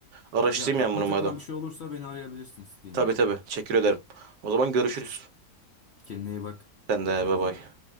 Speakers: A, on the right; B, on the left.
A: Araştırayım
B: Ya aklına
A: yani bunu
B: takılan
A: madem.
B: bir şey olursa beni arayabilirsin istediğin
A: Tabii
B: gibi.
A: tabii. Teşekkür ederim. O zaman görüşürüz.
B: Kendine iyi bak.
A: Sen
B: Görüşmek
A: de bay
B: üzere.
A: bay.